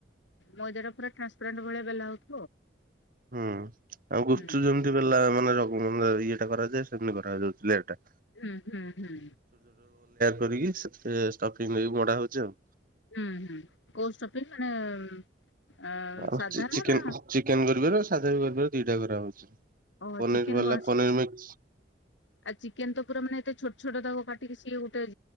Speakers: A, on the left; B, on the right.
A: ମଇଦଟା ପୁରା ଟ୍ରାନ୍ସପଣ୍ ଭଳି ବେଲା ହଉ।
B: ହୁଁ ଆଉ ଗୁପଚୁପ୍
A: ହୁଁ
B: ଯେମିତି ବେଲା ମାନେ। ଇଏଟା କରାଯାଏ ସେମିତି କରାଯାାଉଥିଲା ଏଟା।
A: ହୁଁ ହୁଁ ହୁଁ।
B: କରିକିି ଷ୍ଟଫିଙ୍ଗ କରିକି ମୋଡ଼ା ହଉଛି ଆଉ।
A: ହୁଁ ହୁଁ କୋଉ ଷ୍ଟଫିଙ୍ଗ ମାନେ। ଅ
B: ଆଉ
A: ସାଧା
B: ଚେ
A: ନା
B: ଚିକେନ
A: ନା
B: କରିବାର ସାଧା ବି କରିବାର ଦିଟା କରା ହଉଚଛି।
A: ଓ
B: ପନିର
A: ଚିକେନ
B: ବାଲା
A: କଣ ସିକ୍ସ
B: ପନିର ମିକ୍ସ।
A: ଆଉ ଚିକେନ ତ ପୁରା ମାନେ ଏତେ ଛୋଟ ଛୋଟ ତାକୁ କାଟିକି ସିଏ ଗୋଟେ